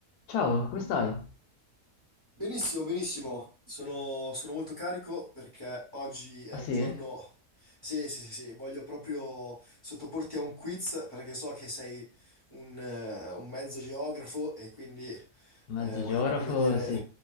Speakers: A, on the left; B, on the right.
A: Ciao, come stai?
B: Benissimo, benissimo. Sono, sono molto carico perché oggi è
A: Ah
B: un
A: sì?
B: giorno... Sì, sì, sì, sì, voglio proprio sottoporti a un quiz perché so che sei un, eh, un mezzo geografo e quindi
A: Mezzo
B: eh, voglio
A: geografo,
B: proprio vedere...
A: sì.